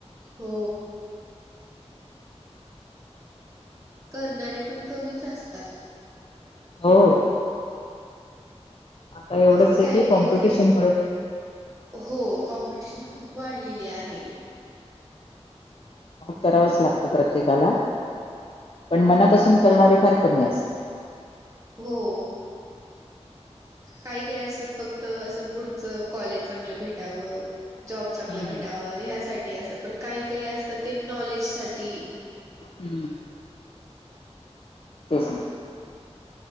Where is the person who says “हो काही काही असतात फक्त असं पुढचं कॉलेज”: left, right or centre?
Right